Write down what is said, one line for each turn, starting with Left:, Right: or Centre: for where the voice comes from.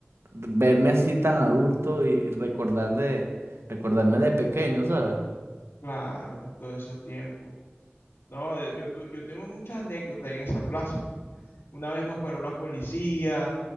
Right: verme así tan adulto y, y recordar de, recordarme de pequeño, ¿sabes?
Left: Claro, todos esos tiempos. No, eh, yo, tu- yo tengo muchas anécdotas en esa plaza. Una vez nos paró la policía,